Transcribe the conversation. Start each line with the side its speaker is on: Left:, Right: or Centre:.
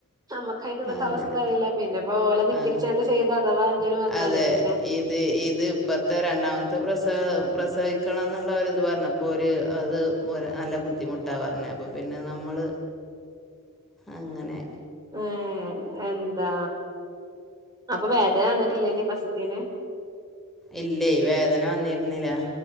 Right: നമ്മുക്ക അതിന്റെ ഉള്ളത്തെ
Centre: അങ്ങനെ
Right: അവസ്ഥ അറില്ല പിന്നെ ഇപ്പോ ഓല തിക്കരിച്ചാണ്ട്
Centre: ആ
Right: ചെയ്ത് അഥവാ എന്തേലും വന്നാലേ
Centre: അതെ
Right: പിന്നെ
Centre: ഇത് ഇത് ഇപ്പറത്തെ രണ്ടാമത്തെ പ്രസ പ്രസവിക്കണം എന്നുള്ളവര് ഇത് പറഞ്ഞ അപ്പോൾ ഒരു അത് നല്ല ബുദ്ധിമുട്ടാണ് പറഞ്ഞത് അപ്പോൾ പിന്നെ നമ്മൾ അങ്ങനെ
Right: ഏ എന്താ അപ്പൊ വേദന വന്നിട്ടില്ലേ ഇനി ഫസ്റ്റ്ത്തേന്
Centre: ഇല്ലേ വേദന വന്നിരുന്നില്ല